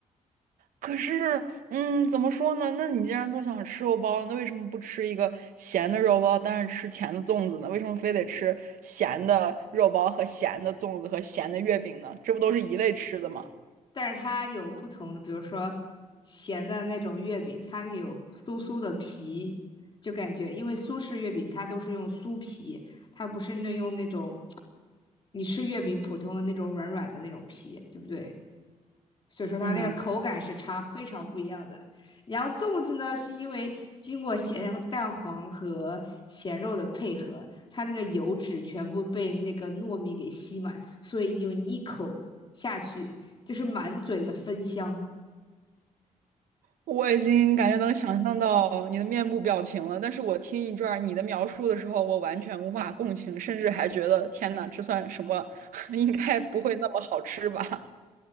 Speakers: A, on the right; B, on the left.
A: 可是，嗯，怎么说呢？那你既然都想吃肉包那为什么不吃一个咸的肉包，但是吃甜的粽子呢？为什么非得吃咸的肉包和咸的粽子和咸的月饼呢？这不都是一类吃的吗？
B: 但是它有不同的，比如说咸的那种月饼，它有酥酥的皮，就感觉因为苏式月饼它都是用酥皮，它不是那用那种。你吃月饼普通的那种软软的那种皮，对不对？所以说它那个口感是差非常不一样的。
A: 嗯，
B: 然后粽子呢，是因为经过咸蛋黄和咸肉的配合，它那个油脂全部被那个糯米给吸满，所以有你一口下去就是满嘴的芬香。
A: 我已经感觉能想象到你的面部表情了，但是我听一段儿你的描述的时候，我完全无法共情，甚至还觉得天呐，这算什么？<laughs> 应该不会那么好吃吧？